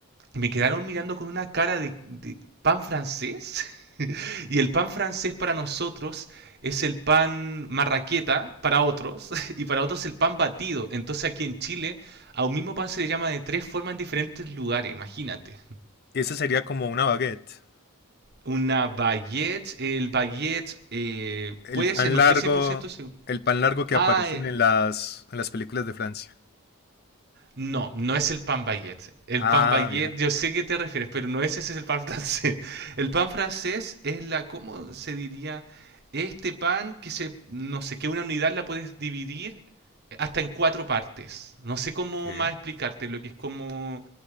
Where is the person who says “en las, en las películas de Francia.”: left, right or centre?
Left